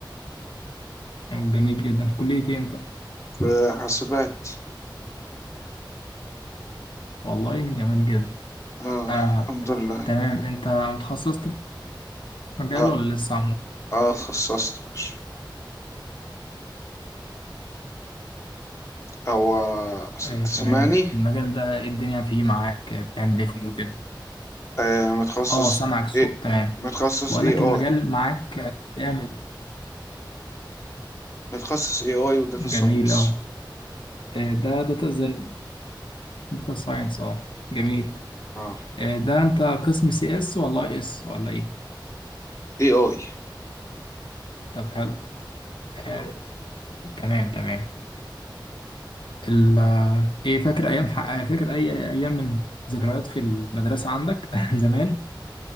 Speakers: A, on the left; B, on the left.
A: جميل جدا كلية ايه انت
B: في حاسبات
A: والله جميل جدا
B: اه
A: آه
B: الحمد لله
A: تمام انت متخصصت في مجال
B: اه
A: ولا لسه
B: اه اتخصصت يا باشا هو عشان
A: آه،
B: تسمعني
A: تمام المجال ده إيه الدنيا فيه معاك آه، بتعمل ايه فيه وكده
B: آه متخصص
A: اه سامعك الصوت
B: ايه
A: تمام
B: متخصص
A: بقولك
B: اي اي
A: المجال معاك آه، بيعمل
B: متخصص اي اي وداتا ساينس
A: جميل اه آه، ده داتا ازاي داتا ساينس اه جميل
B: اه
A: آه، ده انت قسم سي اس ولا اي اس ولا ايه
B: اي اي
A: طب حلو آه، تمام تمام ال آه، ايه فاكر ايام ح- آه، فاكر اي ايام من ذكريات في المدرسة عندك <laughs> زمان